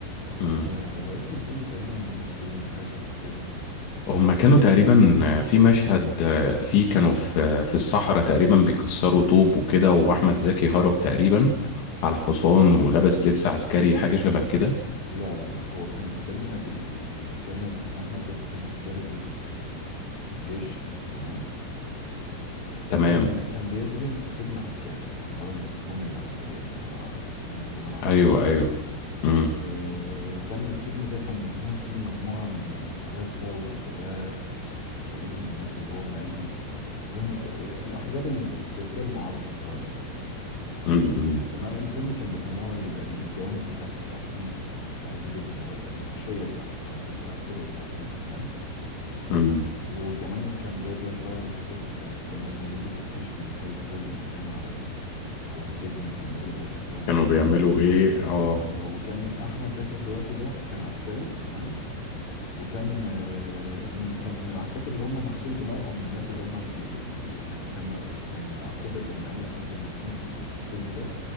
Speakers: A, on the left; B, on the left.
A: مم.
B: آه هو اسم الفيلم تقريبا المظلوم حاجة شبه كده
A: هما كانوا تقريبا في مشهد فيه كانوا في في الصحراء تقريبا بيكسروا طوب وكده واحمد زكي هرب تقريبا على حصان ولبس لبس عسكري حاجه شبه كده
B: لا لا لا هو كان الفيلم بي... بيتكلم كان أحمد زكي كان عسكري في ال... في ال... في الجيش تمام
A: تمام
B: وكان كان بيخدم في سجن عسكري اللي هو السجون العسكرية اللي تبع أيام جمال عبد
A: ايوه
B: الناصر
A: ايوه امم
B: وكان السجن ده كان مسجون فيه مجموعة من الفلاسفة والأدباء والمفكرين الناس اللي هو إيه لهم الأحزاب السياسية المعارضة في الوقت ده
A: امم أمم.
B: تمام الفيلم كان بيتناول الجوانب بتاعة التعذيب التعذيب اللي هو الوحشية بتاعة التعذيب بتاعة طرق التعذيب تمام
A: امم.
B: وكمان كان جايب لك بقى الحتت بتاعت لما كان بيجي تفتيش من هيئة حقوق الإنسان على ال... على السجن كان إيه اللي بيحصل
A: كانوا
B: وكان
A: بيعملوا ايه اه
B: آه، وكان أحمد زكي في الوقت ده كان عسكري تمام وكان آه، م- كان من العساكر اللي هم مغسول دماغهم الناس اللي هم بي بي- يعني كان م- كان معتبر ان اي حد مسجون في ال- في السجن ده